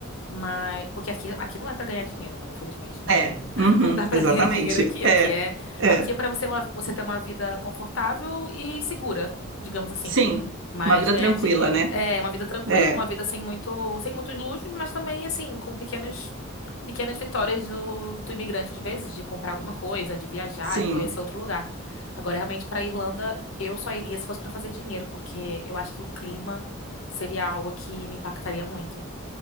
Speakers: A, on the left; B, on the right.
A: Mas, porque aqui, aqui não é pra ganhar dinheiro, né? Infelizmente, não,
B: É,
A: não, <laughs>
B: uhum,
A: não dá pra
B: exatamente.
A: ganhar dinheiro aqui. Aqui
B: É,
A: é,
B: é.
A: aqui é para você, uma- você ter uma vida confortável e segura, digamos assim.
B: Sim,
A: Mas
B: uma vida
A: ganhar
B: tranquila,
A: dinheiro
B: né?
A: é uma vida tranquila,
B: É,
A: uma vida sem muito, sem muitos luxos, mas também assim, com pequenos, pequenas vitórias do, do imigrante às vezes, de comprar alguma coisa, de viajar,
B: sim.
A: de conhecer outro lugar. Agora, realmente, para Irlanda, eu só iria se fosse para fazer dinheiro, porque eu acho que o clima seria algo que me impactaria muito.